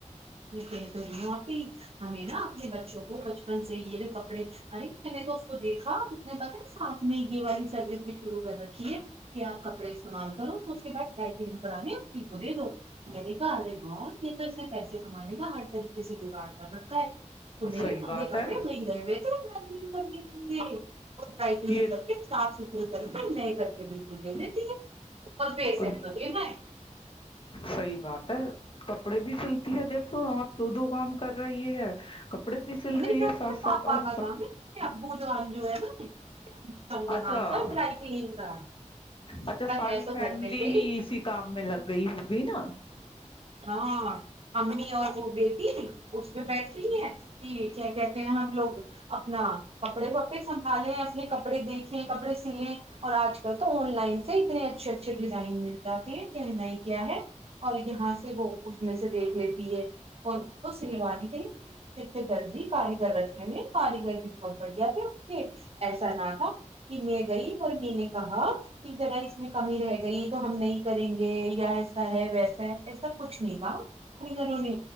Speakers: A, on the right (about 50°); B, on the left (about 45°).
A: کہ تو ریوں آپی ہمیں نا اپنے بچوں کو بچپن سے یہ جو کپڑے ارے میں نے تو اس کو دیکھا اس نے پتا ہے ساتھ میں ہی والی سروس بھی شروع کر رکھیے کہ آپ کپڑے استعمال کرو تو اس کے بعد ڈائی کے دن پرانے رٹی کو دے دو میں نے کہا ارے ب یہ تو ایے پیسے کمانے کا ہر طریقے سے جگاڑ کر رکھا ہے تو میرے
B: صحیح
A: ہاتھے
B: بات
A: کپڑے
B: ہے
A: وہ گئے ہوئے ت کرنے کے لیے ات
B: یہ
A: سف س کر میں کر کے بالکل د دیتی ہے اس بھی سک
B: اور
A: تو ھیک ہے
B: صحیح بات کپڑے بھی سلتی ہے دیکھو آپ دو دو کام کر رہی ہے بھی سل
A: نہیں
B: رہی ہے
A: اس
B: ساتھ
A: کے
B: ساتھ
A: پاپا
B: اور
A: کا نام ہے کے ابو جان جو ہے نا ابو جان کا
B: اچھا
A: نام تھا ڈرائی کا
B: اچھا
A: پر
B: ساری
A: ہے تو
B: فیملی
A: گھر میں سے
B: ہی اسی کام میں لگ گئی ہوگی نا
A: ہاں امی اور وہ بیٹی اس پہ بیٹھ رہی ہے کہ کیا کہتے ہیں ہم لوگ اپنا کپڑے وپڑے سنبھالے اپنے کپڑے دیکھیں کپڑے سلیں اور آج کل تو آن لائن سے اتنے اچھے اچھے ڈیزائن مل جاتی ہے کہ نہیں کیا ہے اور اتہاس وہ اس میں سے دیکھ لیتی ہے اور وہ سلوا دی کری اچھے اچھے درزی کاریگر رکھے میں کاریگر بھی بہت بڑھیا تھے اس کے ایسا نہ تھا کہ میں گئی اور می نے کہا کہ ذرا اس میں کمی رہ گئی تو ہم نہیں کریں گے یا ایسا ہے ویسا ہے کچھ نہیں کہا کاریگروں نے